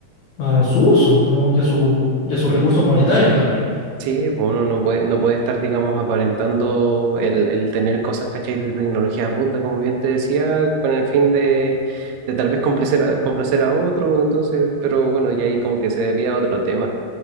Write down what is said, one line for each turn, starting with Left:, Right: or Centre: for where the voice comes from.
Left: a su uso, ¿no? Y a su, y a sus recursos monetarios también.
Right: Sí, pues uno no puede, no puede estar, digamos, aparentando el, el tener cosas, ¿cachai? De tecnología a punta, como bien te decía, con el fin de, de tal vez complacer a, complacer a otro, entonces, pero bueno, ya ahí como que se debía a otro tema.